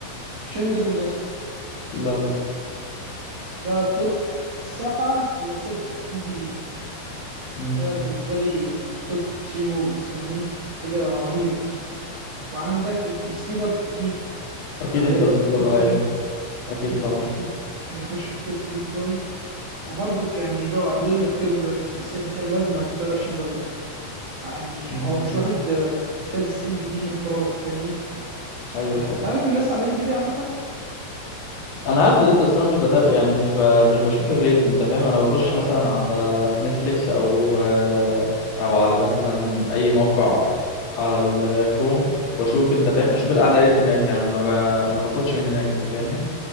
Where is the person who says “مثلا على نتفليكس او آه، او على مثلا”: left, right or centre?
Left